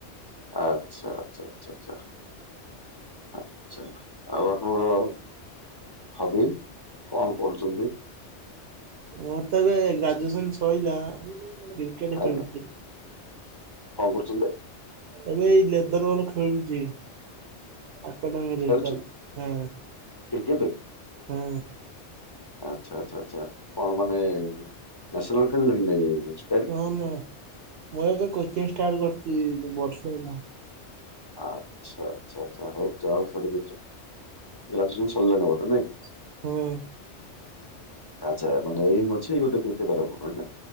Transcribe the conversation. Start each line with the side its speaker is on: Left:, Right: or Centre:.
Left: ଆଚ୍ଛା ଆଚ୍ଛା ଆଚ୍ଛା ଆଚ୍ଛା ଆ ଆଛା ଆଉ ଆପଣଙ୍କର ହବି କଣ କରୁଛନ୍ତି?
Right: ମୋର ତଏବେ ଗ୍ରାଜୁଏସନ ସରିଲା କ୍ରିକେଟ
Left: ଆଜ୍ଞା
Right: ଖେଳୁଚି।
Left: କଣ କରୁଛନ୍ତି?
Right: ଏବେ ଏଇ ଲେଦର ବଲ ଖେଳୁଚି। ଆକାଡମୀରେ
Left: ଖେଳୁଛନ୍ତି
Right: ତ ହଁ
Left: କ୍ରିକେଟ?
Right: ହଁ।
Left: ଆଛା ଆଚ୍ଛା କଣ ମାନେ ନେସଲାଲ ଖେଳାଳି ଟା କି ଇଏ।
Right: ହ ମୁଁ ମୋର ମୁ କୋଚିଂ ଷ୍ଟାର୍ଟ କରିଥିଲି ବର୍ଷ ହେଲା।
Left: ଆଚ୍ଛା ଆଛା ଆଛା ହଉ ଯାଉ ସିଆଡେ ଗ୍ରାଜୁଏସନ ସରିଲାଣି ବୋଧେ ନାଇଁ।
Right: ହୁଁ।
Left: ଆଚ୍ଛା ଏମ୍ ଅଛି ଗୋଟ କ୍ରିକେଟର ହବ।